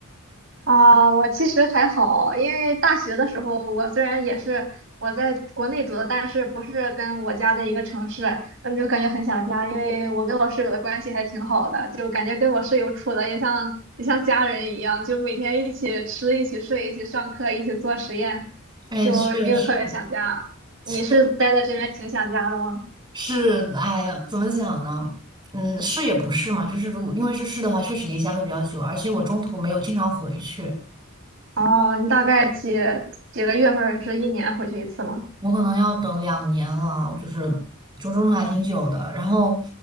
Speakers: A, on the right; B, on the right.
A: 啊，我其实还好，因为大学的时候，我虽然也是我在国内读的，但是不是跟我家在一个城市，我就感觉很想家，因为我跟我室友的关系还挺好的，就感觉跟我室友处的也像也像家人一样，就每天一起吃、一起睡、一起上课、一起做实验，
B: 哎，
A: 就没有特别想家。
B: 确实，
A: 你是待在这边挺想家的吗？
B: <laughs> 确实，哎呀，怎么讲呢？嗯，是也不是嘛，就是如果因为是是的话，确实离家会比较久，而且我中途没有经常回去。
A: 哦，你大概几几个月或者是一年回去一次吗？
B: 我可能要等两年了，就是折中的还挺久的。然后，